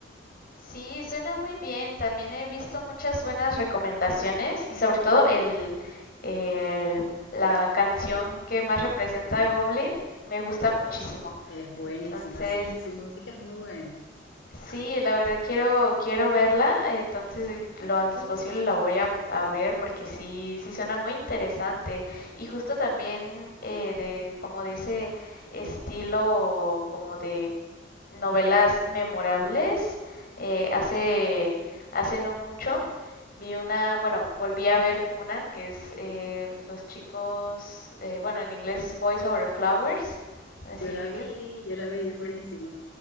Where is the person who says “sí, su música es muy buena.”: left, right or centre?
Left